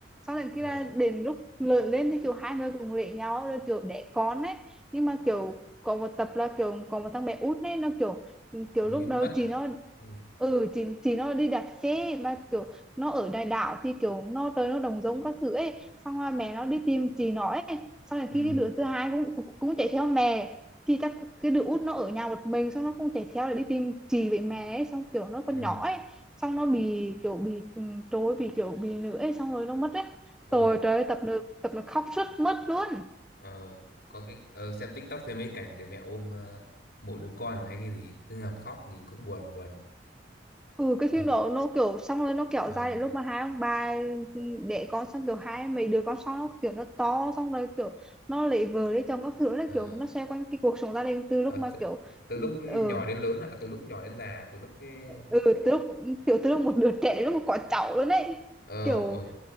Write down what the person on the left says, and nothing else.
Ờ,
hình
như mất
à?
Hay gì?
ừ
Ừ,
ui,
ờ, có cái ờ, xem TikTok thấy mấy cảnh người mẹ ôm ờ, mộ đứa con à hay cái gì cứ ngầm khóc nhìn cũng buồn buồn.
Con-
Ờ,
ờ,
ờ,
t-
từ lúc nhỏ
đến lớn ạ, từ lúc nhỏ đến già, từ lúc cái
ờ,
ôi,